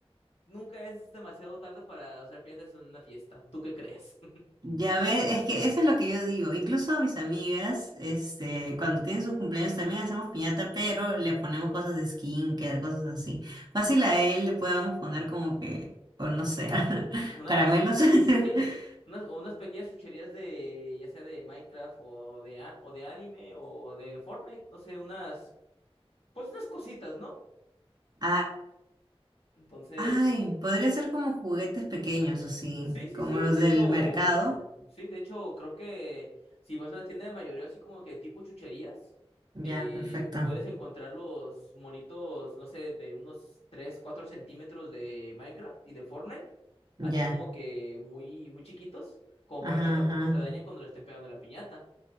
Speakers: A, on the left (about 75°); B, on the right (about 40°).
A: nunca es demasiado tarde para hacer piñatas en una fiesta. ¿Tú qué crees?
B: Ya ves, es que eso es lo que yo digo. Incluso a mis amigas, este, cuando tienen sus cumpleaños también hacemos piñata, pero le ponemos cosas de skincare, cosas así. Fácil
A: <laughs>
B: a él le podemos poner como que, o no
A: mm,
B: sé, <laughs>
A: unas,
B: caramelos.
A: sí,
B: <laughs>
A: unas, o unas pequeñas chucherías de, ya sea de Minecraft o de, a- o de anime o de Fortnite, no sé, unas, pues unas cositas, ¿no?
B: Ah,
A: Entonces.
B: Ay, podría ser como juguetes pequeños, así,
A: Sí, sí,
B: como
A: sí.
B: los
A: De
B: del
A: hecho,
B: mercado.
A: sí, de hecho, creo que si vas a una tienda de mayoreo así como que tipo chucherías,
B: Ya,
A: eh,
B: perfecto.
A: puedes encontrar los monitos, no sé, de unos 3 4 centímetros de Minecraft y de Fortnite,
B: Ya.
A: así como que muy, muy chiquitos, como
B: Ajá,
A: para que tampoco
B: ajá.
A: se dañen cuando le estén pegando la piñata.